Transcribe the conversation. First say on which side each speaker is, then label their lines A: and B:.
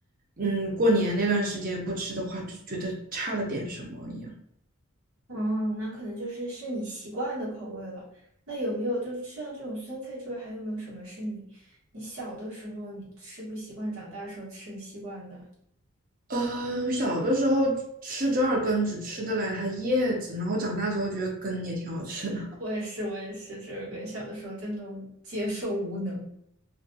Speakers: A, on the right; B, on the right.
A: 嗯过年那段时间不吃的话，就觉得差了点什么一样。
B: 哦，那可能就是是你习惯的口味了。那有没有就像这种酸菜之外，还有没有什么是你你小的时候你吃不习惯，长大的时候吃的习惯的？
A: 嗯，小的时候吃折耳根只吃得来它叶子，然后长大之后觉得根也挺好吃的。
B: <laughs> 我也是，我也是，这跟小的时候真的无接受无能。